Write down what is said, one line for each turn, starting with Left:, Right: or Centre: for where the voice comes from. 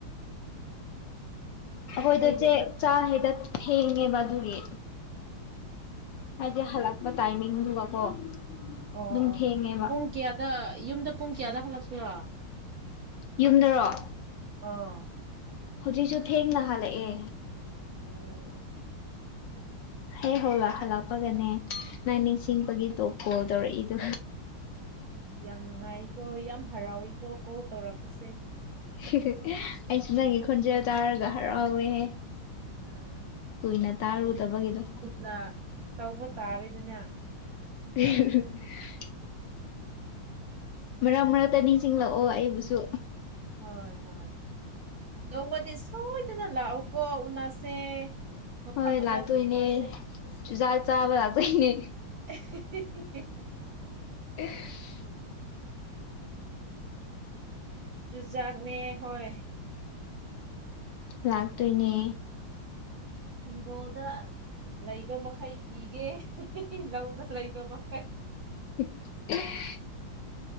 Left: ꯑꯩꯈꯣꯏꯗ
Right: ꯑꯩꯈꯣꯏꯗꯤ
Left: ꯆꯦ
Right: ꯈꯔ
Left: ꯆꯥ ꯍꯦꯛꯇ ꯊꯦꯡꯉꯦꯕ ꯑꯗꯨꯒꯤ ꯍꯥꯏꯗꯤ ꯍꯜꯂꯛꯄ ꯇꯥꯏꯃꯤꯡꯗꯨꯒꯀꯣ
Right: ꯑꯣ
Left: ꯑꯗꯨꯝ
Right: ꯑꯣ
Left: ꯊꯦꯡꯉꯦꯕ
Right: ꯄꯨꯡ ꯀꯌꯥꯗ ꯌꯨꯝꯗ ꯄꯨꯡ ꯀꯌꯥꯗ ꯍꯜꯂꯛꯄ꯭ꯔꯣ
Left: ꯌꯨꯝꯗꯔꯣ
Right: <unintelligible>
Left: ꯍꯨꯖꯤꯛꯁꯨ ꯊꯦꯡꯅ ꯍꯜꯂꯛꯑꯦ
Right: ꯑꯣ ꯑꯣ
Left: ꯍꯦ ꯍꯧꯂꯛ ꯍꯜꯂꯛꯄꯒꯅꯦ ꯅꯪ ꯅꯤꯡꯁꯤꯡꯕꯒꯤ ꯇꯣꯞ ꯀꯣꯜ ꯇꯧꯔꯛꯏꯗꯨ
Right: ꯌꯥꯝ ꯅꯨꯡꯉꯥꯏꯀꯣ ꯌꯥꯝ ꯍꯔꯥꯎꯏꯀꯣ ꯀꯣꯜ ꯇꯧꯔꯛꯄꯁꯦ
Left: <unintelligible> ꯑꯩꯁꯨ ꯅꯪꯒꯤ ꯈꯣꯟꯖꯦꯜ ꯇꯥꯔꯒ ꯍꯔꯥꯎꯋꯦꯍꯦ
Right: ꯑꯥ
Left: ꯀꯨꯏꯅ ꯇꯥꯔꯨꯗꯕꯒꯤꯗꯣ
Right: ꯅ ꯇꯧꯕ ꯇꯥꯔꯦꯗꯅ
Left: <unintelligible> ꯃꯔꯛ ꯃꯔꯛꯇ ꯅꯤꯡꯁꯤꯡꯂꯛꯑꯣ ꯑꯩꯕꯨꯁꯨ
Right: ꯍꯣꯏ ꯍꯣꯏ ꯅꯣꯡꯃꯗꯤ ꯁꯣꯏꯗꯅ ꯂꯥꯛꯑꯣꯀꯣ ꯎꯅꯁꯦ ꯃꯐꯝ
Left: ꯍꯣꯏ
Right: ꯑꯃꯗ
Left: ꯂꯥꯛꯇꯣꯏꯅꯦ
Right: ꯎꯅꯁꯦ ꯑꯩꯁꯨ
Left: ꯆꯨꯖꯥꯛ ꯆꯥꯕ ꯂꯥꯛꯇꯣꯏꯅꯦ
Right: <unintelligible>
Left: <unintelligible>
Right: ꯆꯨꯖꯥꯛꯅꯦ ꯍꯣꯢ꯫
Left: ꯂꯥꯛꯇꯣꯏꯅꯦ꯫
Right: ꯍꯤꯡꯒꯣꯜꯗ꯫ ꯂꯩꯕ ꯃꯈꯩ ꯄꯤꯒꯦ ꯂꯧꯗ ꯂꯩꯕ ꯃꯈꯩ꯫
Left: <unintelligible>